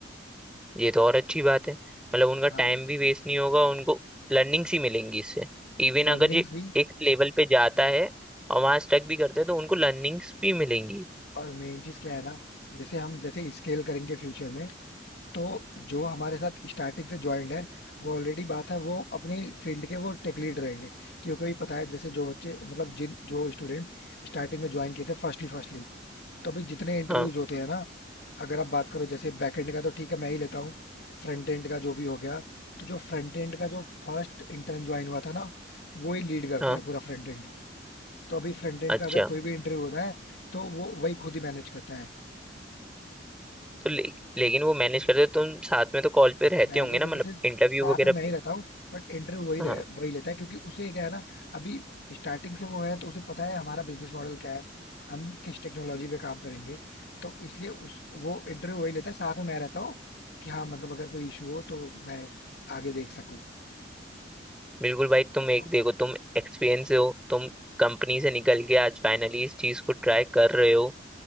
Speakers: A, in the centre; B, on the left (about 60°).
A: ये तो और अच्छी बात है मतलब उनका
B: हाँ
A: टाइम भी वेस्ट नहीं होगा उनको लर्निंग्स ही मिलेंगी इससे इवन
B: लर्निंग्स
A: अगर ये
B: भी
A: एक लेवल पे जाता है और वहां स्टक भी करते हैं तो उनको लर्निंग्स भी मिलेंगी
B: और मेन चीज क्या है ना जैसे हम जैसे स्केल करेंगे फ्यूचर में तो जो हमारे साथ स्टार्टिंग से ज्वाइंड है वो ऑलरेडी बात है वो अपनी फील्ड के वो टेक लीड रहेंगे क्योंकि अभी पता है जैसे जो बच्चे मतलब जिन जो स्टूडेंट्स स्टार्टिंग में ज्वाइन किए थे फर्स्टली फर्स्टली तो अभी जितने इंटरव्यूज
A: हाँ
B: होते हैं ना अगर आप बात करो जैसे बैकएंड का तो ठीक है मैं ही लेता हूँ फ्रंट एंड का जो भी हो गया तो जो फ्रंट एंड का जो फर्स्ट इंटर्न ज्वाइन हुआ था ना वो ही लीड करता
A: हाँ
B: है पूरा फ्रंट एंड तो अभी फ्रंट एंड
A: अच्छा
B: का अगर कोई भी इंटरव्यू होता है तो वो वही खुद ही मैनेज करता है
A: तो ले, लेकिन वो मैनेज करते तुम साथ में तो कॉल पे रहते
B: मैनेज
A: होंगे ना
B: इन
A: मतलब
B: द सेंस
A: इंटरव्यू
B: साथ
A: वगैरह
B: में मैं ही रहता हूँ बट इंटरव्यू वही
A: हाँ
B: रह, वही लेता है क्योंकि उसे क्या है ना अभी स्टार्टिंग से वो है तो उसे पता है हमारा बिजनेस मॉडल क्या है हम किस टेक्नोलॉजी पे काम करेंगे तो इसलिए उस वो इंटरव्यू वही लेता है साथ में मैं रहता हूँ कि हाँ मतलब अगर कोई इशू हो तो मैं आगे देख सकूँ
A: बिल्कुल भाई तुम एक
B: तो
A: देखो तुम एक्सपीरियंस हो तुम कंपनी से निकल के आज फाइनली इस चीज को ट्राई कर रहे हो